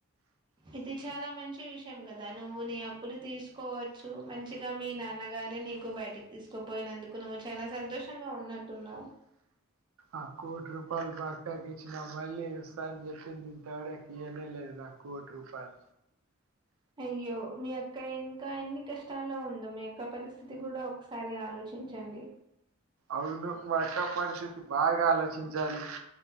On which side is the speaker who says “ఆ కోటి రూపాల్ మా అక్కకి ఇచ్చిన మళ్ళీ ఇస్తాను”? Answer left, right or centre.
Right